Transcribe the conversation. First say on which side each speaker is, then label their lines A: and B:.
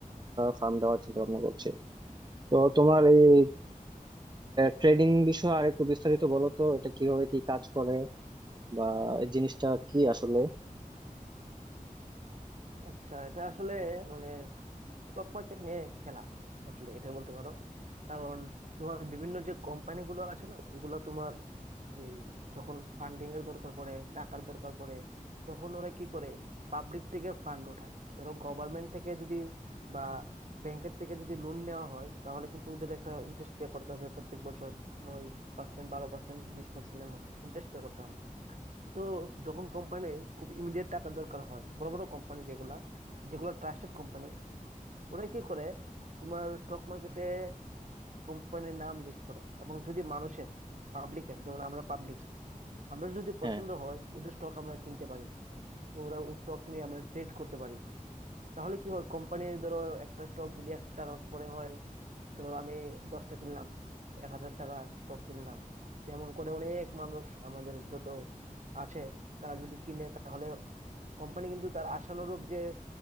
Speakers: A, on the right; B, on the right.
A: ফার্ম দেওয়ার চিন্তা ভাবনা করছে তো তোমার এই ট্রেডিং বিষয়ে আর একটু বিস্তারিত বলো তো এটা কিভাবে কি কাজ করে বা এই জিনিসটা কি আসলে
B: আচ্ছা এটা আসলে মানে স্টক মার্কেট নিয়ে খেলা আসলে এটা বলতে পারো কারণ তোমার বিভিন্ন যে কোম্পানি গুলো আছে না ওইগুলো তোমার এই যখন ফান্ডিং এর দরকার পড়ে টাকার দরকার পড়ে তখন ওরা কি করে পাবলিক থেকে ফান্ড ওঠায় ধরো গভর্নমেন্ট থেকে যদি বা ব্যাংকের থেকে যদি লোন নেওয়া হয় তাহলে কিন্তু ওদের একটা ইন্টারেস্ট পে করতে হবে প্রত্যেক বছর নয় পার্সেন্ট বারো পার্সেন্ট বিশ পার্সেন্ট এমন ইন্টারেস্ট পে করতে হয় তো যখন কোম্পানির খুব ইমিডিয়েট টাকা দরকার হয় বড় বড় কোম্পানি যেগুলা যেগুলো ট্রাস্টেড কোম্পানি ওরা কি করে তোমার স্টক মার্কেটে কোম্পানির নাম লিস্ট করে এবং যদি মানুষের পাবলিকের যেমন আমরা পাবলিক আমরা যদি
A: হ্যাঁ
B: পছন্দ হয় ওদের স্টক আমরা কিনতে পারি ওরা স্টক নিয়ে আমরা ট্রেড করতে পারি তাহলে কি হয় কোম্পানির ধরো একটা স্টক যদি একশো টাকা করে হয় ধরো আমি দশটা কিনলাম এক হাজার টাকা স্টক কিনলাম তেমন করে অনেক মানুষ আমাদের যত আছে তারা যদি কিনে তাহলে কোম্পানি কিন্তু তার আশানুরূপ যে